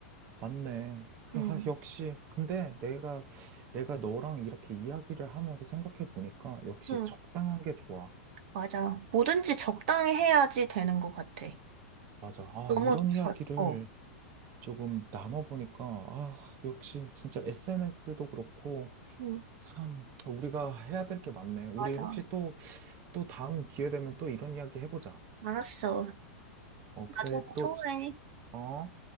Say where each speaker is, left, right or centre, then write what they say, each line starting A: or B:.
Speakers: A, on the right (about 25°); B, on the right (about 40°).
A: 맞네. 그,
B: 응,
A: 아, 역시. 근데 내가, 내가 너랑 이렇게 이야기를 하면서 생각해 보니까, 역시
B: 응,
A: 적당한 게 좋아.
B: 맞아. 뭐든지 적당히 해야지 되는 것 같아.
A: 맞아. 아,
B: 너무
A: 이런
B: 덜,
A: 이야기를
B: 어,
A: 조금 나눠보니까, 아, 역시 진짜 SNS도 그렇고,
B: 응,
A: 참, 우리가 해야 될 게 많네. 우리
B: 맞아.
A: 혹시 또, 또 다음 기회 되면 또 이런 이야기 해보자.
B: 알았어.
A: 어,
B: 나중에
A: 그래, 또,
B: 통화해.
A: 어?